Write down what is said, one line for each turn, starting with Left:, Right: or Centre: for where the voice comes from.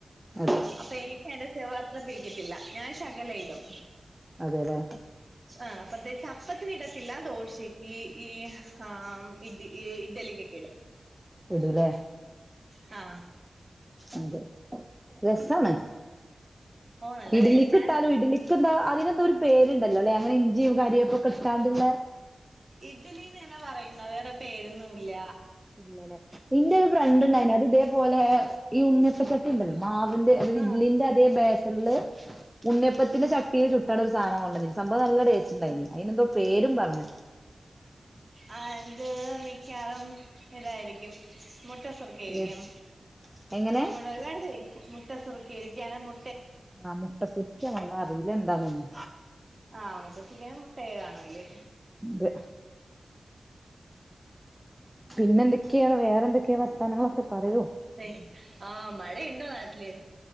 Centre: അതെ
Right: അപ്പൊ എനിക്ക് അയ്ന്റെ സെവ അത്ര പിടിക്കത്തില്ല ഞാൻ ശകലയിടും
Centre: അതെല്ലെ
Right: ആ <unintelligible> അപ്പത്തിന് ഇടത്തില്ല ഇടത്തില്ല ദോശക്ക് ഈ ആ ഇഡ് ഇഡ്ഡലിക്കെക്കെ ഇടും
Centre: ഇടും ല്ലേ
Right: ആ
Centre: അതെ രസാണ്
Right: ഓ നല്ല
Centre: ഇഡ്ലിക്ക്
Right: ടേസ്റ്റ്
Centre: ഇട്ടാലും
Right: ആണ്
Centre: ഇഡ്ക്ക് ത്ര അതിന് എന്തോരു പേരുണ്ടല്ലോ അല്ലെ അങ്ങനെ ഇഞ്ചിയും കരിയാപ്പും ഇട്ടാണ്ട്ള്ള
Right: ഇഡലിന്ന് തന്നാ പറയുന്നെ വേറെ പേരൊന്നും ഇല്ല
Centre: ഇല്ലല്ലേ ന്റെ ഒരു ഫ്രണ്ട് ഉണ്ടായിന് അത് ഇതേപോലെ ഈ ഉണ്ണിപ്പച്ചട്ടി ഉണ്ടല്ലോ മാവ <unintelligible> ഇഡ്ലീന്റെ
Right: ആഹ്
Centre: അതേ ബേറ്ററ്ല് ഉണ്ണയപ്പത്തിന്റെ ചട്ടീല് കിട്ടണ് ഒരു സാധനം കൊണ്ടന്നീന്നു സംഭവം നല്ല ടേസ്റ്റ്ണ്ടായിനി അതിന്എന്തോ പേരും പറഞ്ഞ്
Right: ആ ഇത് മിക്കാറും ഇതായിരിക്കും മുട്ട സുറുക്കയിരിക്കും
Centre: ഏത് എങ്ങനെ
Right: മുട്ട ഒരുപാട് മുട്ട സുറുക്കരിക്ക അങ്ങനെ മു
Centre: ആ മുട്ട സുർക്ക ആണോ അറീല എന്താനൊ ന്നും
Right: ആമുട്ട സുഖന മുട്ടയ കാണും അയില്
Centre: ഇത് പിന്നെ എന്തൊക്കെയാണ് വേറെന്തൊക്കെയാ വർത്താനങ്ങളൊക്കെ പറയൂ
Right: ഹേയ് ആ മഴ ഇണ്ടോ നാട്ടില്